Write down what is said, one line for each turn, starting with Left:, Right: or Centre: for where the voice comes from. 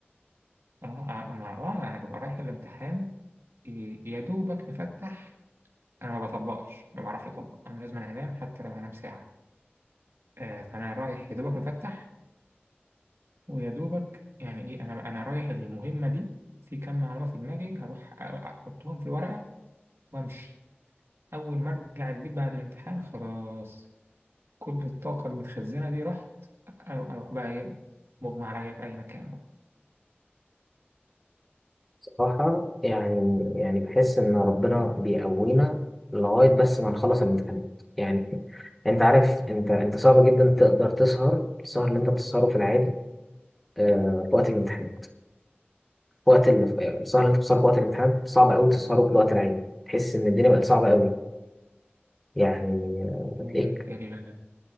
Right: آه آه، ما آه أنا ببقى رايح الامتحان ي- يا دوبك مفتح أنا ما بطبقش ما بعرفش أطبق أنا لازم أنا أنام حتى لو هنام ساعة آه فأنا رايح يا دوبك مفتح ويا دوبك يعني إيه أنا أنا رايح المهمة دي في كم معلومة في دماغي هروح أ- أحطهم في الورقة وأمشي أول ما أرجع البيت بعد الامتحان خلاص كل الطاقة المتخزنة دي رحت أروح أروح بقى إيه مغمى عليا في أي مكان بقى
Centre: صراحه يعني يعني بحس ان ربنا بيقوينا لغايه بس ما نخلص الامتحانات يعني <laughs> انت عارف انت انت صعب جدا تقدر تسهر السهر اللي انت بتسهره في العادي آه، في وقت الامتحانات في وقت ال- آه، السهر اللي انت بتسهره في وقت الامتحانات صعب قوي تسهره في الوقت العادي تحس ان الدنيا بقت صعبه قوي يعني آه،
Right: آه،
Centre: تلاقيك
Right: ال-